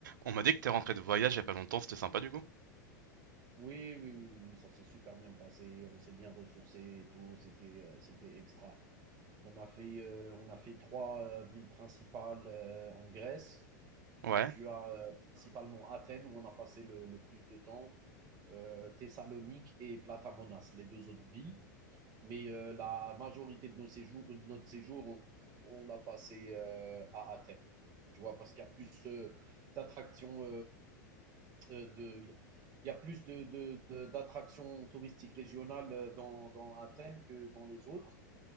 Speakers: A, on the right (about 80°); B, on the right (about 40°).
A: On m'a dit que t'es rentré de voyage il y a pas longtemps, c'était sympa du coup?
B: Oui, oui, oui, oui, oui, ça s'est super bien passé. On s'est bien ressourcé et tout. C'était, euh, c'était extra. On a fait, euh, on a fait trois euh, villes principales euh, en Grèce. Donc,
A: Ouais,
B: tu as euh, principalement Athènes, où on a passé le, le plus de temps, euh, Thessalonique et Platamonas, les deux autres villes. Mais euh, la majorité de, nos séjours, de notre séjour, on, on l'a passé euh, à Athènes. Tu vois, parce qu'il y a plus euh, d'attractions euh, de. Il y a plus de- de- de- d'attractions touristiques régionales euh, dans, dans Athènes que dans les autres.